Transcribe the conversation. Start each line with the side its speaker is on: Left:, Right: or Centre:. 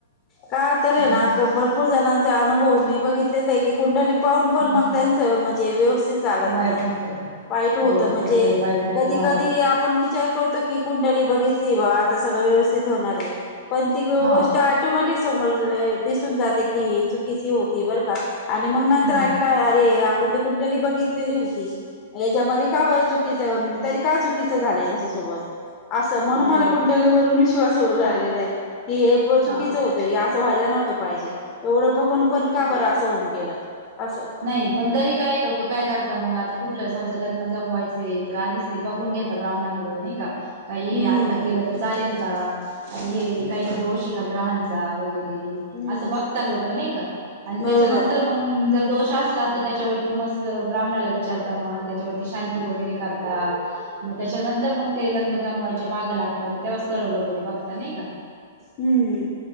Left: का
Right: हम्म
Left: तर आहे ना भरपूर जणां अनुभव मी बघितलेला आहे की कुंडली पणं पणं
Right: हम्म
Left: मंग त्याचं म्हणजे व्येवस्थित चालतं
Right: वाईट
Left: नाहीं
Right: होत
Left: वाईट होतं
Right: हो
Left: म्हणजे
Right: कधी कधी वाईट होत
Left: कधी
Right: हा
Left: कधी आपणं विचार करतों की कुंडली बघितली बा आता सगळं व्येवस्थित होणारं आहे पण ती गोष्ट
Right: हा
Left: यॅटोमॅटिक समोर दिसून जाते की हे चुकीची होती बरं का आणि मंग नंतर
Right: हम्म
Left: ऐकायला अरे आपणं तर कुंडली बघितलेली होती यांच्यामध्ये का बर चुक तरी का चूकीच झालं यांच्या सोबत असं म्हणून
Right: हो
Left: मला कुंडली वर विश्वास येत नाही विश्वास होऊ राहिलेला आहे की हे
Right: हा
Left: चुकीचं होतंय हे असं व्हायला नव्हतं पाहिजे एवढं बघून पणं का बरं असं होऊन गेलं असं
Right: नाहीं पणं तरी काय लोक काय करतात मंग आता कुठल्या समाजात जमवाजं लग्नं तर आधीच ते बघून घेता ब्राह्मणांकडे नाहीं कां कांहीं
Left: हम्म
Right: हे आत्ता केलं तर चालेल का आणि हे कांहीं दोष आहे का ग्रहांचा व बरे
Left: हम्म
Right: असं बघतात लोक त्यांच्या
Left: बरोबर
Right: नंतर मंग दोष त्रास लावता त्यांच्या वरती मंग ब्राह्मण विचता मंग त्यांच्या वर मंग शांती वैगैरे करतात मंग त्यांच्यानंतर मंग ते लग्नं जमवायच्या मागे लागतात मंग तेंव्हा स्थळं वगैरे बघता नाहीं कां
Left: हम्म